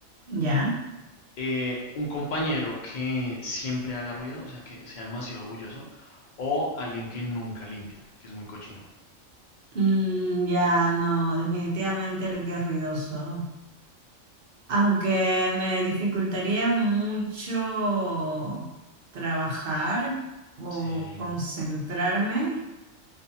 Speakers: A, on the right (about 55°); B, on the left (about 50°).
A: ¿Ya?
B: Eh, un compañero que siempre haga ruido, o sea, que sea demasiado orgulloso, o alguien que nunca limpia, que es muy cochino.
A: Mm, ya, no, definitivamente el que es ruidoso. Aunque me dificultaría mucho trabajar o
B: Sí,
A: concentrarme.